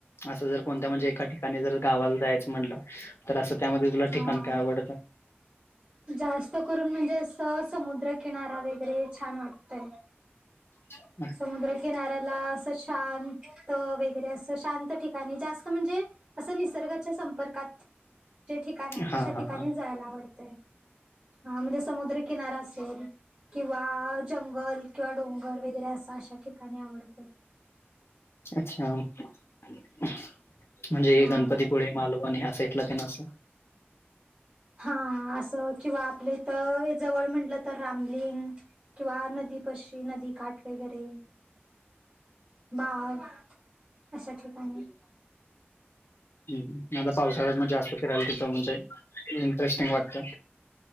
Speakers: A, on the left; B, on the right.
A: असं जर कोणत्या म्हणजे एका ठिकाणी जर गावाला जायचं म्हटलं तर, असं त्यामध्ये तुला
B: हा
A: ठिकाण काय आवडतं?
B: जास्त करून म्हणजे असं समुद्रकिनारा वगैरे छान वाटतय.
A: <unintelligible>
B: समुद्रकिनाऱ्याला असं शांत वगैरे असं शांत ठिकाणी जास्त म्हणजे असं निसर्गाच्या संपर्कात जे ठिकाण आहे,
A: हा
B: अशा
A: हा
B: ठिकाणी
A: हा
B: जायला आवडतय. हा म्हणजे समुद्रकिनारा असेल किंवा जंगल किंवा डोंगर वगैरे अस. अशा ठिकाणी आवडतं.
A: अच्छा म्हणजे
B: हा
A: गणपती पुळे, मालवन हया साइड ला तेन असं.
B: हा असं किंवा आपले इथ जवळ म्हंटलं तर रामलिंग. किंवा नदी पशी नदी काठ वगैरे बाग अशा ठिकाणी.
A: हमम, आता पावसाळ्यात म जास्त फिरायला तिथ म्हणजे इंटरेस्टिंग वाटतं.